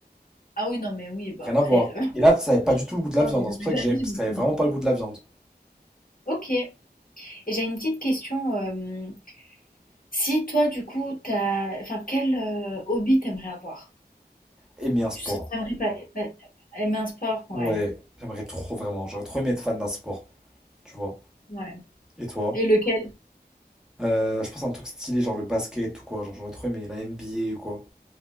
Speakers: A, on the left; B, in the centre.
A: Ah oui, non, mais oui, bah
B: Rien à
A: après.
B: voir.
A: euh, <laughs>
B: Et là, ça n'avait pas du tout le goût de la
A: Ah
B: viande.
A: oui,
B: hein.
A: non,
B: C'est pour
A: mais
B: ça
A: la
B: que j'aime,
A: vie,
B: parce
A: mais
B: que ça
A: tout.
B: n'avait vraiment pas le goût de la viande.
A: Ok. Et j'ai une petite question. euh, Si toi, du coup, t'as, enfin, quel euh, hobby t'aimerais avoir?
B: Aimer un sport.
A: Tu sais- t'aimerais pas, pas- aimer un sport, ouais,
B: Ouais, j'aimerais trop vraiment. J'aurais trop aimé être fan d'un sport, tu vois.
A: ouais.
B: Et toi?
A: Et lequel?
B: Euh, je pense à un truc stylé, genre le basket ou quoi. Genre, j'aurais trop aimé la NBA ou quoi.